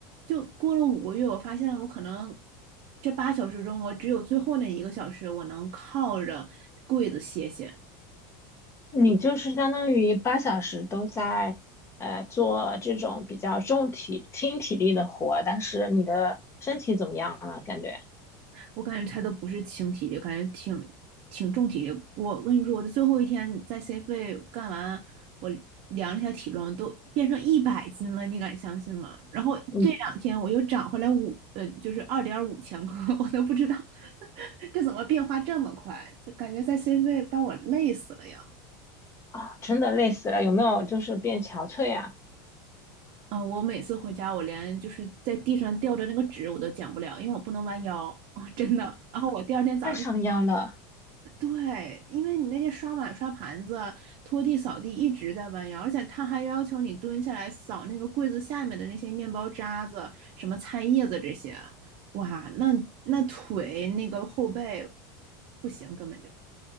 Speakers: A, on the right (about 50°); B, on the left (about 25°).
A: 就过了五个月，我发现我可能这八小时中，我只有最后那一个小时，我能靠着柜子歇歇。
B: 你就是相当于八小时都在呃做这种比较重体轻体力的活，但是你的身体怎么样了？感觉
A: 我感觉他都不是轻体力，感觉挺挺重体力。我跟你说，我的最后一天在 C 费干完，我量了一下体重，都变成一百斤了，你敢相信吗？然后这两天我又长回来五，
B: 嗯
A: 呃，就是二点五千克，<laughs> 我都不知道 <laughs> 这怎么变化这么快，就感觉在 C 费把我累死了呀。
B: 啊，真的累死了，有没有就是变憔悴啊？
A: 嗯，我每次回家，我连就是在地上吊着那个纸我都捡不了，因为我不能弯腰，<laughs> 真的。然后我第二天早。
B: 太伤腰了，
A: 上。对，因为你那些刷碗、刷盘子、拖地、扫地一直在弯腰，而且他还要求你蹲下来扫那个柜子下面的那些面包渣子、什么菜叶子这些，哇，那那腿那个后背不行，根本就。